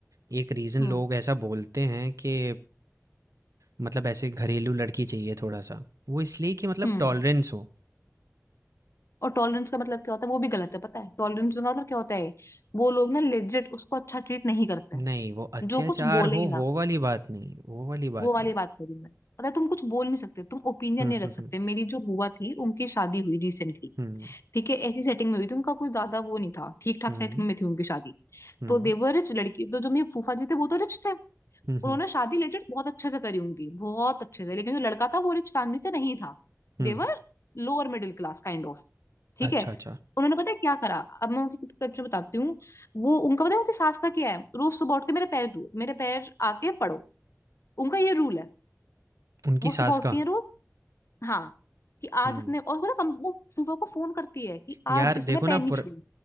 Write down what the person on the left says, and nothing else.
हम्म
हम्म।
और टॉलरेंस का मतलब क्या होता है वो भी गलत है पता है टॉलरेंस का मतलब क्या होता है वो लोग ना लेजिट उसको अच्छा ट्रीट नहीं करते
हैं
जो कुछ बोले
ही ना
वो वाली
बात करूं मैं पता है तुम कुछ बोल नहीं सकते तुम ओपिनियन
नहीं रख
सकते
मेरी जो बुआ थी उनकी शादी हुई रिसेंटली
ठीक है ऐसी सेटिंग में हुई थी उनका कोई ज्यादा वो नहीं था ठीक ठाक
सेटिंग में थी उनकी शादी
तो देवर रिच लड़की तो जो मेरे फूफा जी थे वो तो रिच थे उन्होंने
शादी रिलेटेड बहुत अच्छे से करी उनकी बहुत अच्छे से लेकिन जो लड़का था वो रिच फैमिली से नहीं था
देवर lower middle class kind of ठीक
है
उन्होंने पता है क्या करा अब मैं उनकी कल्चर बताती हूँ वो उनका पता है उनकी सास का क्या है रोज सुबह उठ के मेरे पैर धो मेरे पैर आके पढ़ो उनका ये रूल है
वो
सुबह उठती
है रोज हाँ कि आज
इसने और पता है, कम वो फूफा को फोन करती है कि
आज इसने
पैर
नहीं
छुए